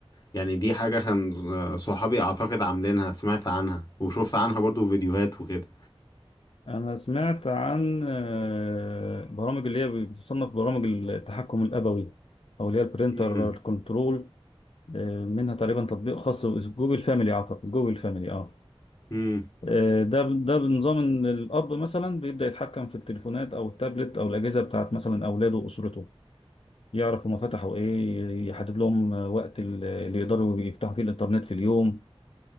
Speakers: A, on the left; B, on the left.
A: يعني دي حاجة كان صحابي أعتقد عاملينها سمعت عنها وشفت عنها برضو فيديوهات وكده
B: أنا سمعت عن آه، برامج اللي هي بتصنف برامج التحكم الأبوي أو اللي هي البرينتر
A: امم
B: كنترول آه، منها تقريبا تطبيق خاص جوجل فاميلي أعتقد جوجل فاميلي أه
A: امم
B: آه، ده ده بنظام إن الأب مثلا بيبدأ يتحكم في التليفونات أو التابلت أو الأجهزة بتاعت مثلا أولاده وأسرته يعرف هما فتحوا إيه يحدد لهم آه، وقت ال- اللي يقدروا يفتحوا فيه الإنترنت في اليوم